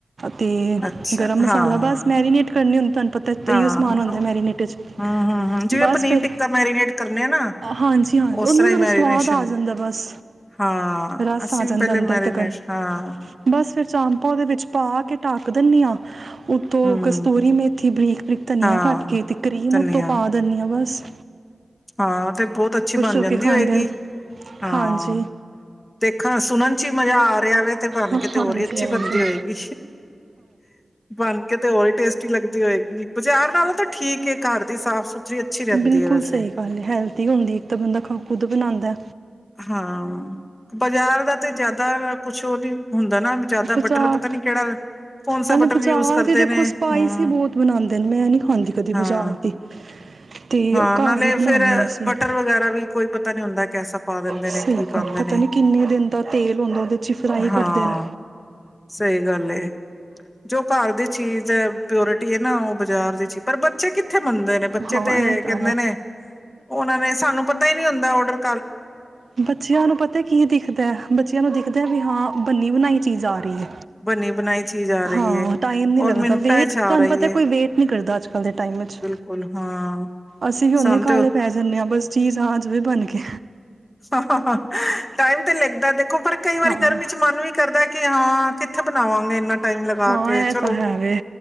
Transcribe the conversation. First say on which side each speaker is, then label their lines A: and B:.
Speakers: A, on the right (about 60°); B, on the left (about 25°).
A: ਤੇ
B: ਅੱਛਾ
A: ਗਰਮ ਮਸਾਲਾ
B: ਹਾਂ-ਹਾਂ,
A: ਬਸ ਮੈਰੀਨੇਟ ਕਰਨੀ ਹੁੰਦੀ। ਤੁਆਨੂੰ ਪਤਾ
B: ਹਾਂ
A: ਇਓ ਸਮਾਨ ਹੁੰਦਾ ਮੈਰੀਨੇਟ ਚ
B: ਹੂੰ-ਹੂੰ, ਹੂੰ ਜਿਵੇਂ
A: ਬਸ,
B: ਪਨੀਰ
A: ਫਿਰ
B: ਟਿੱਕਾ ਮੈਰੀਨੇਟ ਕਰਨੇ ਆ ਨਾ
A: ਹਾਂਜੀ ਹਾਂ
B: ਉਸ
A: ਓਨੂ
B: ਤਰ੍ਹਾਂ
A: ਨੂੰ ਥੋੜਾ
B: ਹੀ ਮੈਰੀਨੇਸ਼ਨ
A: ਸਵਾਦ ਆ ਜਾਂਦਾ। ਬਸ
B: ਹਾਂ
A: ਰਸ
B: ਅਸੀਂ
A: ਆ ਜਾਂਦਾ
B: ਵੀ ਪਹਿਲੇ
A: ਅੰਦਰ
B: ਮੈਰੀਨੇਸ਼ਨ
A: ਤਕਨ
B: ਹਾਂ
A: ਬਸ ਫਿਰ ਚਾਂਮਪਾ ਓਦੇ ਵਿੱਚ ਪਾ ਕੇ ਢਾਕ ਦਿਨੀ ਆ ਉਤੋ
B: ਹਮ
A: ਕਸਤੂਰੀ ਮੇਥੀ ਬਰੀਕ, ਬਰੀਕ ਧਨੀਆ
B: ਹਾਂ
A: ਕੱਟ ਕੇ ਤੇ ਕਰੀਮ
B: ਧਨੀਆ
A: ਉੱਤੋਂ ਪਾ ਦਨੀ ਆ ਬਾਸ
B: ਹਾਂ ਤੇ ਬੋਤ ਅੱਛੀ ਬਨ
A: ਹੋ
B: ਜਾਂਦੀ
A: ਕੇ ਖਾਂਦੇ
B: ਹੋਏਗੀ।
A: ਨੇ
B: ਹਾਂ
A: ਹਾਂਜੀ
B: ਦੇਖਨ ਸੁਨਨ ਚ ਈ ਮਜ਼ ਆ ਰੇਹਾ ਵੇ ਤੇ <unintelligible> ਬਨ
A: ਹਾਂਜੀ
B: ਕੇ ਤੇ ਹੋਰ ਈ ਅੱਛੀ
A: ਹਾਂਜੀ
B: ਬਨਦੀ ਹੋਏਗੀ, ਬਨ ਕੇ ਤੇ ਹੋਰ ਹੀ ਟੇਸਟੀ ਲੱਗਦੀ ਹੋਏਗੀ, ਬਜਾਰ ਨਾਲੋਂ ਤਾਂ ਠੀਕ ਏ, ਘਰ ਦੀ ਸਾਫ਼ ਸੁਥਰੀ ਅੱਛੀ ਰੈਂਦੀ
A: ਬਿਲਕੁਲ
B: ਹੈ ਵੈਸੇ।
A: ਸਹੀ ਹੈਲਦੀ ਹੁੰਦੀ ਇੱਕ ਤਾਂ ਬੰਦਾ ਖੁਦ ਬਣਾਂਦੇ।
B: ਹਾਂ ਬਜਾਰ ਦਾ ਤੇ ਜੇਆਦਾ ਕੁਛ ਉਹ ਨੀ ਹੁੰਦਾ ਨਾ ਜਿਆਦਾ
A: ਬਾਜ਼ਾਰ
B: ਬਟਰ ਪਤਾ ਨੀ ਕੇੜਾ ਕੌਨਸਾ
A: ਨਾਲੇ
B: ਬਟਰ
A: ਬਾਜ਼ਾਰ
B: ਯੂਜ਼ ਕਰਦੇ
A: ਦੀ ਦੇਖੋ
B: ਨੇ। ਹੂੰ,
A: ਸਪਾਈਸ ਹੀ ਬਹੁਤ ਬਣਾਉਂਦੇ ਨੇ ਮੈਂ ਨਹੀਂ ਖਾਂਦੀ ਕਦੀ
B: ਹਾਂ,
A: ਬਾਜ਼ਾਰ ਦੀ ਤੇ
B: ਹਾਂ ਨਾਲੇ
A: ਘਰ ਹੀ
B: ਫੇਰ
A: ਬਣਾਉਂਦੇ ਹਾਂ ਅਸੀਂ
B: ਬਟਰ ਵਗੈਰਾ ਵੀ ਕੋਈ ਪਤਾ ਨੀ ਹੁੰਦਾ <unintelligible>
A: ਸਹੀ
B: ਨੇ ਕੀ
A: ਗੱਲ
B: ਪਾਉਂਦੇ
A: ਪਤਾ
B: ਨੇ
A: ਨੀ ਕਿੰਨੇ ਦਿਨ ਦਾ ਤੇਲ ਹੂੰਦਾ, ਓਦੇ ਚ ਫਰਾਈ
B: ਹਾਂ
A: ਕਰਦੇ ਨੇ
B: ਸਹੀ ਗੱਲ ਏ ਜੋ ਘਰ ਦੀ ਚੀਜ਼ ਐ, ਪਿਓਰਟੀ ਏ ਨਾ ਓ ਬਜਾਰ ਦੀ ਚੀਜ ਪਰ ਬੱਚੇ ਕਿ ਕਿੱਥੇ ਮੰਨਦੇ ਨੇ ਬੱਚੇ
A: ਹਾਂ
B: ਤੇ
A: ਇਹ ਤਾਂ
B: ਕੈਂਦੇ
A: ਹੈ
B: ਨੇ ਓਨਾਂ ਨੇ ਸਾਨੂੰ ਪਤਾ ਈ ਨੀ ਹੁੰਦਾ ਓਰਡਰ <inaudible>
A: ਬੱਚੇਆਂ ਨੂੰ ਪਤਾ ਕੀ ਦਿਖਦਾ ਐ, ਬੱਚੇਆਂ ਨੂੰ ਦਿਖਦਾ ਹੈ ਵੀ ਹਾਂ ਬੰਨੀ ਬਨਾਈ ਚੀਜ ਆ ਰੀ ਐ,
B: ਬਣੀ ਬਣਾਈ ਚੀਜ਼ ਆ
A: ਹਾਂ
B: ਰਹੀ ਹੈ
A: ਟਾਈਮ ਨੀ
B: ਔਰ
A: ਲੱਗਦਾ
B: ਮਿੰਟਾਂ
A: ਵੇਟ
B: ਚ
A: ਤੁਹਾਨੂੰ
B: ਆ ਰਹੀ
A: ਪਤਾ
B: ਹੈ
A: ਕੋਈ ਵੇਟ ਨੀ ਕਰਦਾ ਅੱਜ- ਕੱਲ ਦੇ ਟਾਈਮ ਚ
B: ਬਿਲਕੁਲ ਹਾਂ
A: ਅਸੀਂ ਵੀ ਓਨੇ
B: ਸਾਨੂੰ
A: ਕਾਲੇ
B: ਤੇ
A: ਪੈ ਜਾਨੇ ਆਂ ਬਸ ਚੀਜ ਆ ਜਵੇ ਬਨ ਕੇ
B: ਹਾਂ ਹਾਂ ਹਾਂ ਟਾਈਮ - <unintelligible> ਓ ਪਰ ਕਈ ਵਾਰੀ
A: ਹਾਂ।
B: ਗਰਮੀ ਚ ਮਨ ਵੀ ਕਰਦਾ ਏ ਕਿ ਕਿ, ਹਾਂ ਕਿੱਥੇ, ਬਣਾਵਾਂਗੇ ਇਹਨਾਂ ਟਾਈਮ ਲਗਾ
A: ਹਾਂ
B: ਕੇ
A: ਇਹ
B: ਚਲੋ,
A: ਤਾਂ ਹੈ ਵੇ